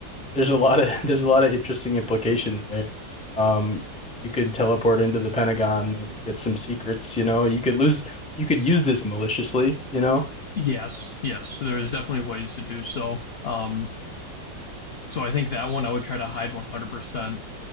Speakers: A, in the centre; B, on the left.
A: there's a lot of <laughs> there's a lot of interesting implications there. Um, you could teleport into the Pentagon and get some secrets, you know. You could lose, you could use this maliciously, you know. <laughs>
B: Yes. Yes. So There is definitely ways to do so. Um, so I think that one I would try to hide 100%.